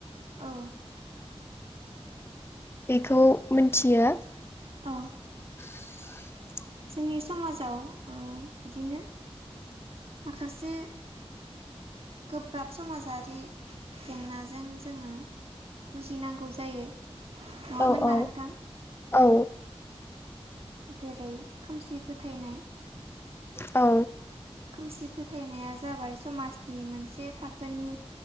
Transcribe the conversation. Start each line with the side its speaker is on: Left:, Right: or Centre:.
Right: औ
Left: बेखौ मिथियो।
Right: औ
Left: <unintelligible>
Right: जोंनि समाजाव बिदिनो माखासे गोब्राब समाजारि जेंनाजों जोङो जुजिनांगौ जायो नङा
Left: औ
Right: होनबा
Left: औ
Right: नोंथां?
Left: औ
Right: जेरै खोमसि फोथायनाय
Left: औ
Right: खोमसि फोथायनाया जाबाय समाजनि मोनसे थाखोनि